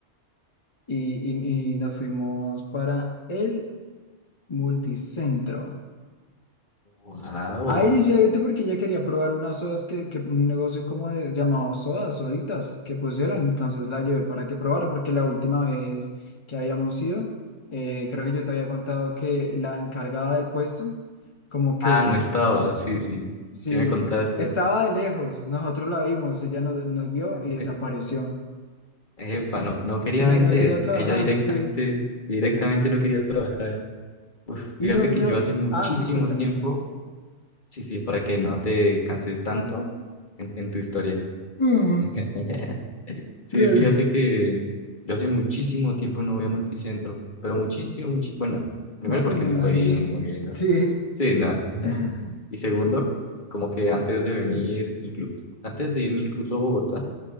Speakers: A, on the left (about 25°); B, on the left (about 40°).
A: y, y y nos fuimos para el multicentro.
B: Wow.
A: Ah, inicialmente porque ella quería probar unas sodas que, que un negocio como de- llamado sodas, soditas, que pusieron, entonces la llevé para que probara, porque la última vez que habíamos ido, eh, creo que yo te había contado que la encargada del puesto, como que
B: Ah, no estaba. Sí, sí.
A: sí,
B: Sí me contaste.
A: estaba de lejos, nosotros la vimos, ella nos, nos vio
B: <laughs>
A: y desapareció.
B: Epa, no, no quería
A: No,
B: vender.
A: no quería trabajar,
B: Ella directamente,
A: sí.
B: directamente no quería trabajar. Uf, fíjate
A: Y no, y
B: que
A: no,
B: yo hace muchísimo
A: ah, sí, cuéntame.
B: tiempo Sí, sí, para que no te canses tanto en, en tu historia.
A: Mm,
B: <laughs> Sí,
A: dale.
B: fíjate que yo hace muchísimo tiempo no voy a multicentro, pero muchísimo, muchi- bueno, primero
A: No,
B: porque
A: pues me
B: no
A: imagino.
B: estoy en Imogen, ¿no?
A: Sí.
B: Sí, no. <laughs>
A: <laughs>
B: Y segundo, como que antes de venir, inclu- antes de irme incluso a Bogotá,